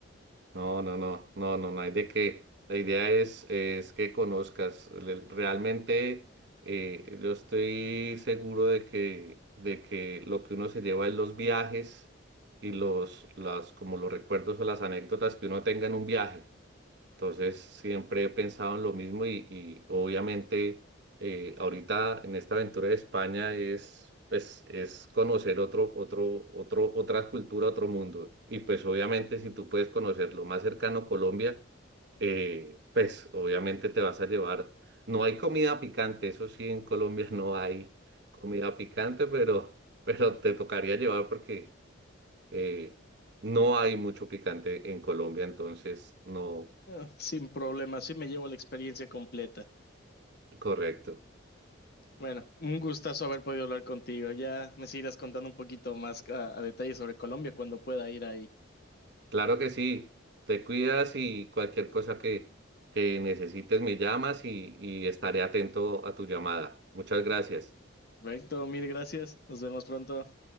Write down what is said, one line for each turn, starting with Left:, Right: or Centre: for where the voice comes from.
Right: No, no, no, no, no, no hay de qué. La idea es, es que conozcas. Le- Realmente eh, yo estoy seguro de que, de que lo que uno se lleva en los viajes y los, las, como los recuerdos o las anécdotas que uno tenga en un viaje. Entonces, siempre he pensado en lo mismo y, y obviamente eh, ahorita en esta aventura de España es, pues, es conocer otro, otro, otro, otra cultura, otro mundo. Y pues obviamente si tú puedes conocer lo más cercano a Colombia, eh, pues obviamente te vas a llevar. No hay comida picante, eso sí, en Colombia <laughs> no hay comida picante, pero, pero te tocaría llevar porque eh, no hay mucho picante en Colombia, entonces no.
Left: Ah, Sin problema, así me llevo la experiencia completa.
Right: Correcto.
Left: Bueno, un gustazo haber podido hablar contigo. Ya me seguirás contando un poquito más a, a detalle sobre Colombia cuando pueda ir ahí.
Right: Claro que sí. Te cuidas y cualquier cosa que, que necesites me llamas y, y estaré atento a tu llamada. Muchas gracias.
Left: Perfecto, mil gracias. Nos vemos pronto.